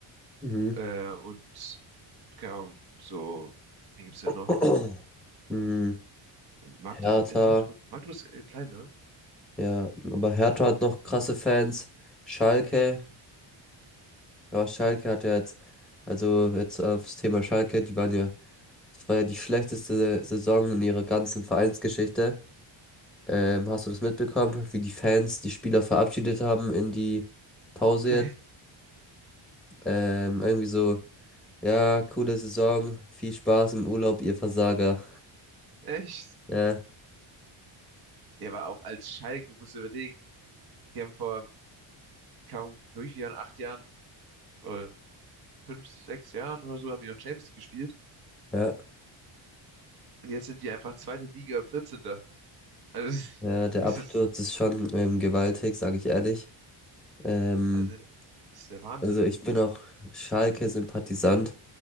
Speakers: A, in the centre; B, on the right.
A: Mhm.
B: Äh, und keine Ahnung, so, wen gibt's da
A: <clears throat>
B: noch?
A: Mhm.
B: Magdeburg?
A: Hertha,
B: Ist Magdeburg, Magdeburg ist äh, klein, ne?
A: ja, aber Hertha hat noch krasse Fans. Schalke. Aber Schalke hat ja jetzt, also jetzt aufs Thema Schalke, die waren ja, das war ja die schlechteste Saison in ihrer ganzen Vereinsgeschichte. Ähm, hast du das mitbekommen, wie die Fans die Spieler verabschiedet haben in die Pause
B: <laughs>
A: jetzt? Ähm, irgendwie so, ja, coole Saison, viel Spaß im Urlaub, ihr Versager.
B: Nee, echt?
A: Ja,
B: Ja, aber auch als Schalke, musst du überlegen. Die haben vor kaum fünf Jahren, acht Jahren, äh, fünf, sechs Jahren oder so haben die noch Champions League gespielt.
A: ja,
B: Und jetzt sind die einfach zweite Liga, vierzehnter Also, <laughs> das ist,
A: ja, der
B: das
A: Absturz
B: ist-
A: ist schon ähm, gewaltig, sage ich ehrlich. Ähm,
B: also, das ist der Wahnsinn.
A: also ich bin auch Schalke-Sympathisant.